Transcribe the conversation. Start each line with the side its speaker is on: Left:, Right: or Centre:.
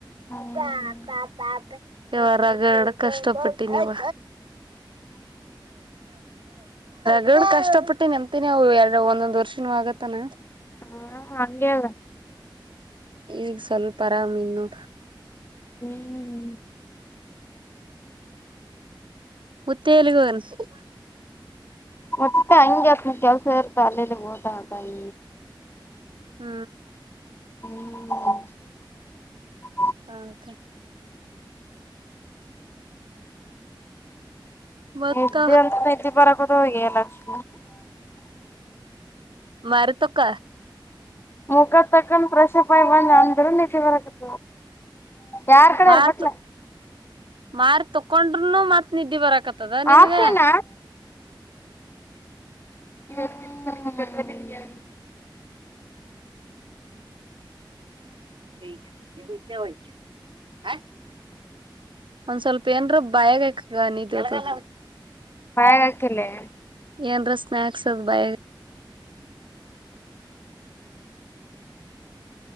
Left: ಹೌನಾ
Right: ಕಾ ಕಾತಾತ ಯರಗಡ ಕಷ್ಟಪಟ್ಟಿ ನೀವ ಡ್ ಕಷ್ಟ ಪಟ್ಟು ನೆಂತಿನಿವು ಎರಡು ಒಂದೊಂದ್ ವರ್ಷನುೂ ಆಗತ್ತಾನ
Left: ಹಾ ಹಗಲ್ದ್
Right: ಈಗ ಸ್ವಲ್ಪ ಆರಾಮ ಇವ್ನಿ ನೋಡು
Left: ಹ್ಮ್ ಹ್ಮ್ ಹ್ಮ್
Right: ಮತ್ತೇಲುಗೂನ್ಸ್
Left: ಮತ್ತ ಹಂಗೆ ಅತನಿಗೆ ಕೆಲ್ಸ ಇರ್ತ ಅಲ್ಲೇಲ್ಲಿ ಹೋತು ಇರತ್ತಾನ್
Right: ಹ್ಮ್
Left: <unintelligible>
Right: ಹಗ್ ಮತ್ತ
Left: ನಿದ್ದೆ ಅಂತ ನಿದ್ದಿ ಪರಕದ ಹೋಗ ಲಕ್ಷ್
Right: ಮಾರತುಕ್ಕ
Left: ಮುಖ ತಕ್ಕನ್ ಪ್ರಶಾಪ್ ಆಗಲ್ಲ ಅಂದ್ರೆ ನಿದ್ದೆ ಬರಕತ ಯಾರ್ ಕಡೆಯವರ್
Right: ಮಾರ್ತ್
Left: ಕತ್
Right: ಮಾರ್ ತಕೊಂಡ್ರನು ಮತ್ತ್ ನಿದ್ದೆ ಬರಕತ್ತದ ನಿನಗೆ
Left: ಆಫಿನ
Right: <unintelligible>
Left: ಇವತ್ತು ದಿವಸಂಬದಲ್ಲ ನಿನಗೆ
Right: ಆ <unintelligible> ಒಂದ್ ಸ್ವಲ್ಪ ಏನ್ರಾದ್ರೂ ಬಾಯಾಗಿಕ್ಕ ನಿದೊತ್ತದ
Left: ಬಾಯಗಕಿಲ್ಲೇ
Right: ಏನ್ರಾ ಸ್ನಾಕ್ಸ್ ಬಯಾಗ್